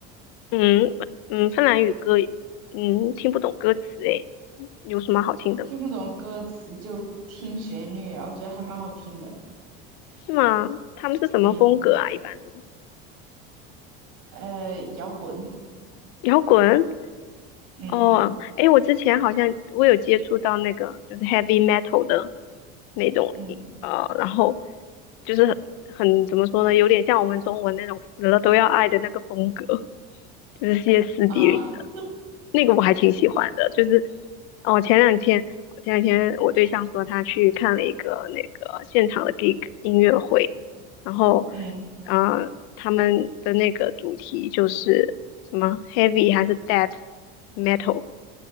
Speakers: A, on the left; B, on the right.
A: 嗯嗯，芬兰语歌，嗯，听不懂歌词诶，有什么好听的吗？
B: 听不懂歌词就听旋律，然后觉得还蛮好听的。
A: 是吗？他们是什么风格啊？
B: 嗯，
A: 一般都
B: 呃，摇滚。
A: 摇滚
B: 嗯
A: 哦。诶，我之前好像我有接触到那个就是 heavy metal 的那种，
B: 嗯
A: 呃，然后就是很很怎么说呢，有点像我们中文那种死了都要爱的那个风格，就是歇斯底里。
B: 啊，<laughs>
A: 那个我还挺喜欢的，就是哦，前两天前两天我对象说他去看了一个那个现场的 gig 音乐会，然后
B: 嗯
A: 呃，他们的那个主题就是什么 heavy 还是 death metal，